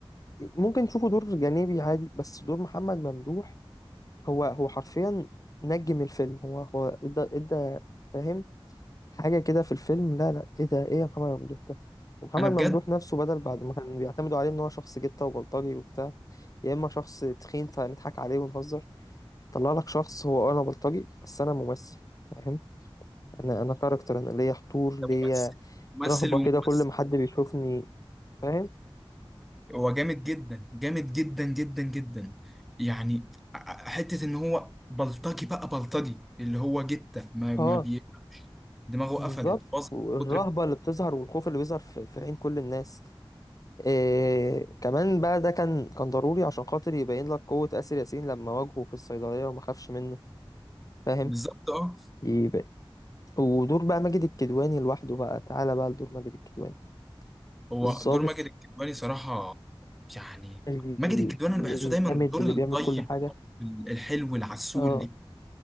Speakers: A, on the left (about 40°); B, in the centre.
A: ممكن تشوفه دور جانبي عادي بس دور محمد ممدوح هو هو حرفيا نجم الفيلم هو هو ادى ادى فاهم حاجة كده في الفيلم لا لا ايه ده ايه يا محمد ممدوح ده ومحمد
B: انا بجد
A: ممدوح نفسه بدل بعد ما كان بيعتمدوا عليه ان هو شخص جتة وبلطجي وبتاع يا اما شخص تخين فنضحك عليه ونهزر طلع لك شخص هو آه، انا بلطجي بس انا ممثل فاهم انا انا كاركتر انا ليا حضور ليا
B: ممثل ممثل
A: رهبة
B: وممثل
A: كده كل ما حد بيشوفني فاهم
B: هو جامد جدا جامد جدا جدا جدا يعني ع- حتة ان هو بلطجي بقى بلطجي اللي هو جتة ما,
A: اه
B: ما بي... دماغه
A: بالظبط
B: قفلت باظت
A: والرهبة
B: من كتر
A: اللي بتظهر والخوف اللي بيظهر في, في عين كل الناس إيه كمان بقى ده كان كان ضروري عشان خاطر يبين لك قوة آسر ياسين لما واجهه في الصيدلية وما خافش منه فاهم
B: بالظبط اه
A: يبقى ودور بقى ماجد الكدواني لوحده بقى تعالى بقى لدور ماجد الكدواني
B: هو
A: الضابط
B: دور ماجد الكدواني صراحة يعني
A: ال-
B: ماجد الكدواني انا
A: الجامد
B: بحسه دايما الدور
A: اللي
B: الطيب
A: بيعمل كل حاجة
B: الحلو العسول
A: اه